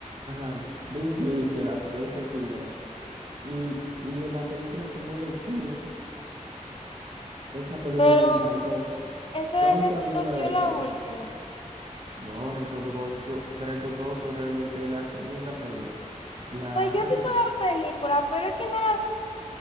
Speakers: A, on the right; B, on the left.
A: ajá, Ben Diesel <laughs> aparece al final. Y, y en la película se muere el chino. Esa película
B: pero
A: me encantó.
B: esa
A: ¿Tú has
B: de
A: visto
B: Reto
A: alguna
B: Tokio
A: de
B: es
A: esas?
B: la última. O
A: No, Reto Tokio, Reto Tokio realmente es la segunda peli. La
B: sea, yo
A: segunda.
B: he visto la película, pero es que no la